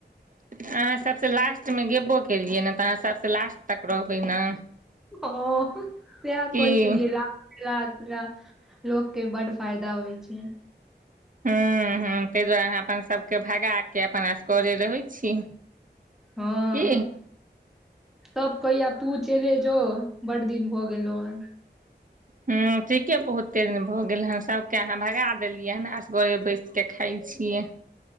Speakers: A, on the right; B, in the centre.
A: अहाँ सबसे लास्ट में गेबो केलियै ने तऽ अहाँ सबसे लास्ट तक रहबै ने
B: हँ सेहा
A: की
B: कहै छलियै
A: हूं हूं
B: ला <unintelligible> लोक के बड फायदा होइ छै
A: हूँ हूँ ताहि दुआरे अहाँ अपन सभके भगा के अपन आसगरे रहै छी
B: हँ
A: की
B: त कहैय आब तू चले जो बड दिन भऽ गेलौ हन
A: हऽ ठीके बहुत कते दिन भऽ गेल हँ सभके अहाँ भगा देलियै हन आसगरे बैसिके खाइ छियै